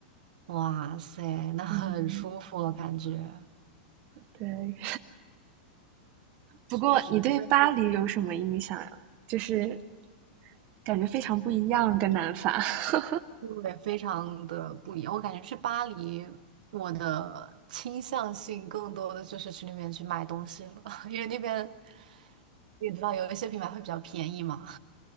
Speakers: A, on the right (about 65°); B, on the right (about 30°).
A: 哇塞，那很舒服了，
B: 嗯，
A: 感觉
B: 对。不过你对巴黎有什么印象呀？
A: 确实那边是
B: 就是感觉非常不一样，跟南法。<laughs>
A: 对，非常的不一样。我感觉去巴黎，我的倾向性更多的就是去那边去买东西了，<laughs> 因为那边你也知道有一些品牌会比较便宜嘛。